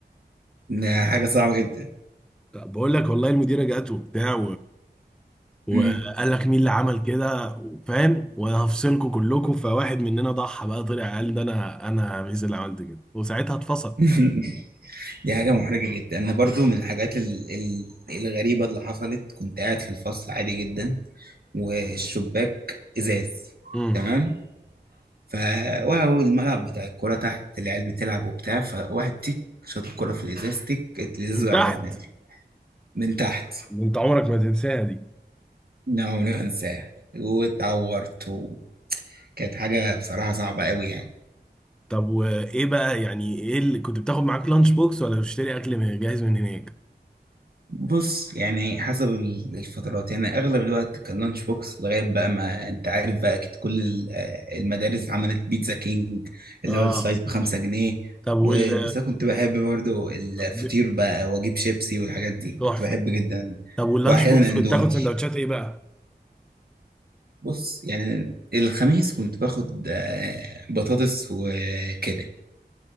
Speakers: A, on the right; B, in the centre.
A: ده حاجة صعبة جدا
B: بقول لك والله المديره جات وبتاع وقال
A: أمم.
B: لك مين اللي عمل كده فاهم وانا هفصلكم كلكم فواحد مننا ضحى بقى طلع قال ده انا انا ميز اللي عملت كده وساعتها اتفصل
A: <laughs> دي حاجة محرجة جدا أنا برضو من الحاجات ال... ال... الغريبة اللي حصلت كنت قاعد في الفصل عادي جدا والشباك إزاز
B: امم
A: تمام ف وهو الملعب بتاع الكورة تحت العيال بتلعب وبتاع فواحد تيك شاط الكورة في الإزاز تيك الإزاز
B: من
A: وقع
B: تحت
A: على دماغي من تحت
B: انت عمرك ما تنساها دي
A: لا عمري ما انساها واتعورت وكانت حاجة بصراحة صعبة قوي يعني
B: طب وايه بقى يعني ايه اللي كنت بتاخد معاك لانش بوكس ولا بتشتري اكل من جاهز من هناك
A: بص يعني حسب ال- الفترات يعني اغلب الوقت كان لانش بوكس لغاية بقى ما انت عارف بقى اكيد كل ال- المدارس عملت بيتزا كينج اللي
B: اه
A: هو السلايس بخمسة جنيه
B: طب وال
A: و- بس انا كنت بحب برضو الفطير
B: ب-
A: بقى واجيب شيبسي والحاجات دي
B: تحفه
A: كنت بحب جدا
B: طب واللانش
A: واحيانا
B: بوكس كنت
A: اندومي
B: تاخد سندوتشات ايه بقى
A: بص يعني الخميس كنت باخد آه، بطاطس وكده